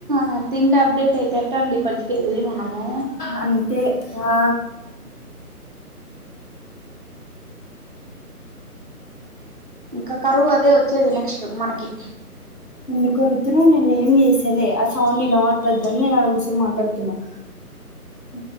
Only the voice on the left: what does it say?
అంతే ఆ
ఇందు కొరతును నేనే ఏం చేసేలె ఆ సౌండ్ నినువద్దని నేను అడ కూసం మాట్లాడుతున్నాను. ఉ